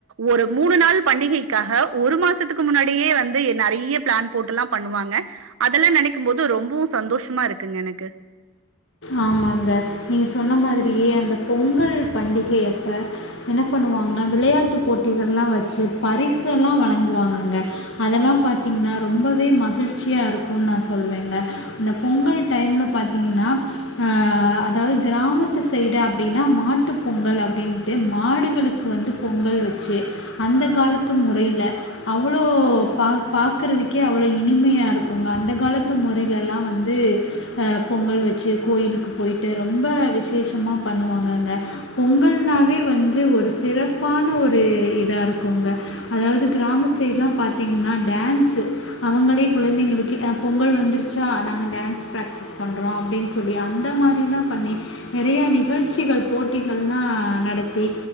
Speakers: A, on the right; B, on the left.
A: ஒரு மூணு நாள் பண்டிகைக்காக ஒரு மா சத்துக்கு முன்னாடியே வந்து நெறைய பிளான் போட்டெல்லா பண்ணுவாங்க அதெல்லா நெனைக்கும் போது ரொம்பவும் சந்தோஷமா இருக்குங்க எனக்கு
B: ஆமாங்க நீங்க சொன்ன மாதிரியே அந்தப் பொங்கல் பண்டிகையப்ப என்னப் பண்ணுவாங்கனா விளையாட்டுப் போட்டிகள்லா வச்சு பரிசெல்லா வழங்குவாங்கங்க அதெல்லாம் பாத்தீங்னா ரொம்பவே மகிழ்ச்சியா இருக்குன் நா சொல்வேங்க இந்தப் பொங்கல்ட் டைம்ல பாத்திங்கின்னா அ அதாவ் கிராமத்து சைடு அப்டினா மாட்டுப் பொங்கல் அப்டின்ட்டு மாடுகளுக் கு வந்துப் பொங்கல் வெச்சு அந்த காலத்து முறையில அவ்ளோ பாக் பாக்கறதுக்கே அவ்ளோ இனிமையா இருக்குங்க அந்த காலத்து முறையிலெல்லா வந்து அ பொங்கல் வெச்சு கோயிலுக்குப் போயிட்டு ரொம்ப விசேஷமாப் பண்ணுவாங்கங்க பொங்கல்னாவே வந்து ஒரு சிறப்பான ஒரு இதா இருக்குங்க அதாவ்து கிராம சைட்லாம் பாத்தீங்னா டான்ஸு அவங்களே குழந்தைங்களுக்கு அ பொங்கல் வந்துருச்சா நாங்க டான்ஸ் பிராக்டிஸ் பண்றோ அப்டின் சொல்லி அந்த மாரிலாம் பண்ணி நெறைய நிகழ்ச்சிகள் போட்டிகள்லா நடத்தி